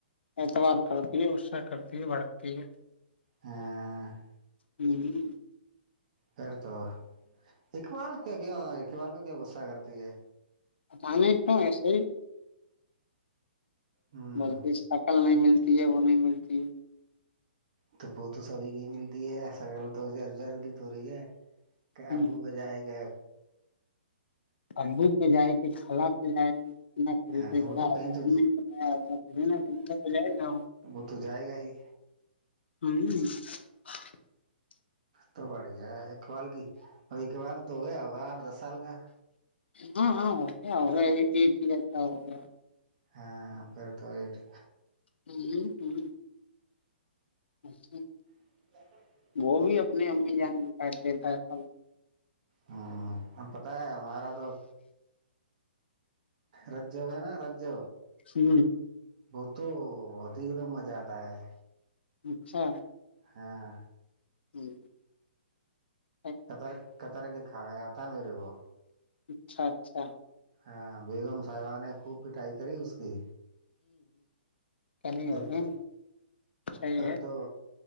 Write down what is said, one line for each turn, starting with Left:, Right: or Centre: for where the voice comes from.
Left: اتوار کرتی ہے غصہ کرتی ہے بھڑکتی ہے
Right: ہاں <unintelligible>
Left: ہوں ہ <inaudible>
Right: پھر تو اقبال کیا کیا اقبال پہ کیا غصہ کرتی ہے
Left: پتا نہیں کیوں ایسے ہی
Right: ہوں
Left: بولتی سکال نہیں ملتی ملتی ہے وہ نہیں ملتی ہے
Right: تو ب تو سبھی گی م د ایک سکل تو ج ج توور ہے کہ
Left: ہے
Right: ابو پ جائے گ
Left: ابو پہ جائے گ کھلا پہ جائے گی نہ کہیں
Right: ہاں
Left: پہ
Right: وہ
Left: گیا
Right: تو
Left: ہوگا
Right: کہیں تو
Left: امی پہ گیا ہوگا کہیں نہ کہیں پہ تو جائے گا
Right: وہ تو جائے گا ہی
Left: ہوں <unintelligible>
Right: تو بڑییا ایکوال کی اور ایک بال تو ہو گیا ہوگا آٹھ دس سال کا
Left: ہاں ہاں ہو گیا ہو گیا ایٹ ایئر کا ہو گیا
Right: ہاں آ پھر تو یہ ٹھیک
Left: ہ ہوں اچھا <inaudible>
Right: <inaudible>
Left: وہ بھی اپنی امی جان کاٹ لیتا ہے سب
Right: ہاں ا پتا ہے ہمارا تو رجج ہے نا رج
Left: ہ
Right: ب تود دم م زیادہ ہے
Left: اچھا
Right: ہاں
Left: ہوں ہ <inaudible>
Right: کطر کطرک کھا گیا تھا میرے کو
Left: اچھا اچھا
Right: ہاں بیگم صاحبہ نے خوب پٹائی کری اس کی
Left: کری ہوگی
Right: پھر تو
Left: صحیح
Right: پھر
Left: ہے
Right: تو